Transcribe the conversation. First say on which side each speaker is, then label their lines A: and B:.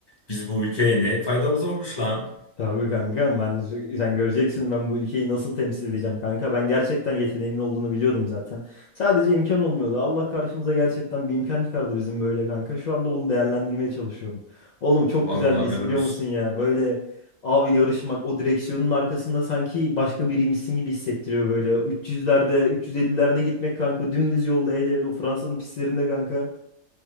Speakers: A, on the left; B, on the left.
A: Biz bu ülkeye ne faydamız olmuş lan.
B: Tabii kanka ben sen göreceksin ben bu ülkeyi nasıl temsil edeceğim kanka. Ben gerçekten yeteneğimin olduğunu biliyordum zaten. Sadece imkan olmuyordu. Allah karşımıza gerçekten bir imkan çıkardı bizim böyle kanka. Şu anda onu değerlendirmeye çalışıyorum. Oğlum çok
A: Vallahi
B: güzel bir his
A: helal
B: biliyor
A: olsun.
B: musun ya? Böyle abi yarışmak o direksiyonun arkasında sanki başka biriymişsin gibi hissettiriyor böyle. 300'lerde 350'lerde gitmek kanka dümdüz yolda hele hele o Fransa'nın pistlerinde kanka.